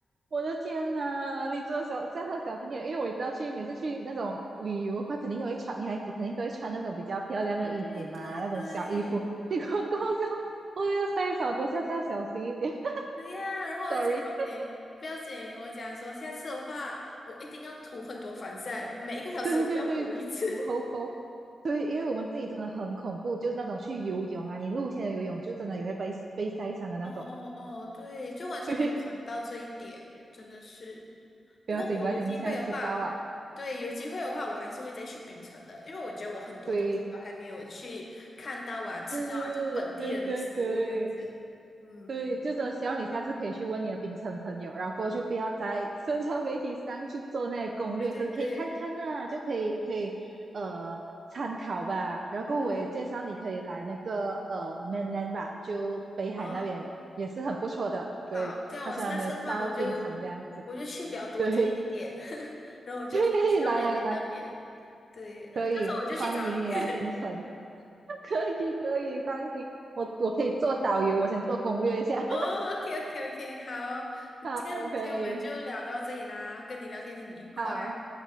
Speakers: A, on the right; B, on the left.
A: 我的天呐，你真的小下次要小心点，因为我也知道去每次去那种旅游的话，肯定都会穿女孩子肯定都会穿那种比较漂亮的衣服嘛，
B: 对对对，
A: 那种小衣服。结果搞笑，我又塞少着，下次要小心一点。<laughs>
B: 对呀、然后我就讲 OK，不要紧，我讲说下次的话，我一定要涂很多防晒，我每一个小时我就要补一次。
A: <laughs> 对对对，煮猴猴。对，因为我们自己真的很恐怖，就是那种去游泳啊，你露天的游泳就真的也会被被晒伤的那种。
B: 哦哦哦，对，就完全没有想到这一点，
A: <laughs> 对，
B: 真的是。
A: 不要紧不要紧，
B: 不过我有机会的话，
A: 你现在知道啊。
B: 对，有机会的话，我还是会再去槟城的，因为我觉得我很多东西都还没有去看到啊、
A: 对，
B: 吃到啊，
A: 是，
B: 就本地人的食物这样子。
A: 对对对。
B: 嗯，
A: 对，就是希望你下次可以去问你的冰城朋友，然后过后就不要在社交媒体上去做那些攻略，
B: 对对对，
A: 可可以看看啊，就可以可以呃参考吧。然后我也介绍你可以来那个呃
B: 嗯，
A: mainland 吧，就北海那边也是很不错的。
B: 哦，
A: 对，
B: 好，这样我下次的话，
A: 他虽然没有到冰城这样子，
B: 我就我就去比较多天一点，
A: 对
B: <laughs>
A: <laughs>
B: 然后我就可以去到美联那边。
A: 对，来来来，
B: 对，然后到时候我就去找你。
A: 可以欢迎你来冰城，
B: <laughs>
A: <laughs> 可以可以，放心，我我可以做导游，我先做攻略一下，
B: 哦，OK，OK，OK，好，
A: <laughs>
B: 今天今天我们就聊到这里啦，
A: 好，可以
B: 跟你聊天很愉快。
A: 好。